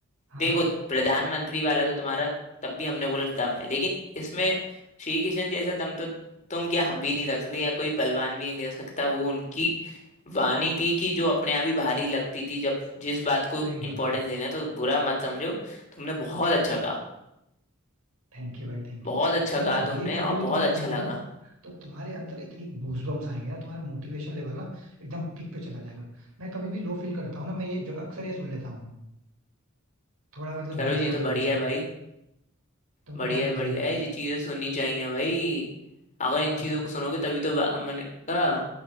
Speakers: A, on the right (about 80°); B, on the left (about 35°).
A: हाँ
B: देखो प्रधानमंत्री वाला तो तुम्हारा तब भी हमने बोला दम है लेकिन इसमें श्री किशन जैसा दम तो तुम क्या हम भी नहीं रख सकते या कोई पहलवान भी नहीं रख सकता वो उनकी वाणी थी कि जो अपने आप ही भारी लगती थी जब जिस बात को
A: सही बात
B: इम्पोर्टेंस
A: है
B: देना है, तो बुरा मत समझो तुमने बहुत अच्छा कहा
A: थैंक यू भाई थैंक
B: बहुत
A: यू
B: अच्छा
A: मतलब
B: कहा
A: ये
B: तुमने
A: कभी
B: और
A: भी तुम
B: बहुत
A: सुनोगे
B: अच्छा लगा
A: ना तो तुम्हारे अंदर इतनी गूजबम्स आएंगे ना तुम्हारा मोटिवेशन लेवल ना एकदम पीक पे चला जाएगा मैं कभी भी लो फील करता हूँ ना मैं ये जो अक्सर ये सुन लेता हूँ थोड़ा मतलब
B: चलो
A: बेस
B: ये
A: ऑडियो
B: तो बढ़िया
A: के साथ
B: है भाई
A: तुमको
B: बढ़िया
A: बहुत
B: है बढ़िया
A: मजा आएगा
B: है ये चीजें सुननी चाहिए भाई अगर इन चीजों
A: अगर
B: को सुनोगे तभी तो बा- मैंने कहा